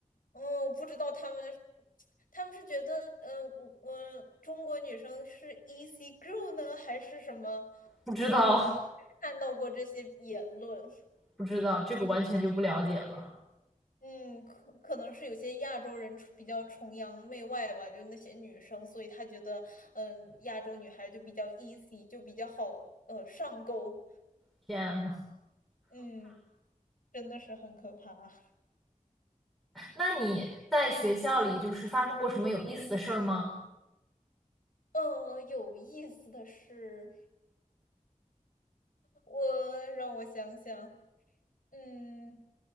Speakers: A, on the left (about 85°); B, in the centre.
A: 嗯，不知道他们，他们是觉得，嗯，我、我中国女生是 easy girl 呢，还是什么？
B: 不知道
A: 看到过这些言论，
B: <laughs> 不知道，这个完全就不了解了。
A: 嗯，可可能是有些亚洲人崇比较崇洋媚外吧，就是那些女生，所以他觉得，嗯，亚洲女孩就比较 easy，就比较好，呃，上钩。
B: 天呐，
A: 嗯，真的是很可怕。
B: 那你在学校里就是发生过什么有意思的事儿吗？
A: 嗯。嗯，有意思的是，我让我想想，嗯，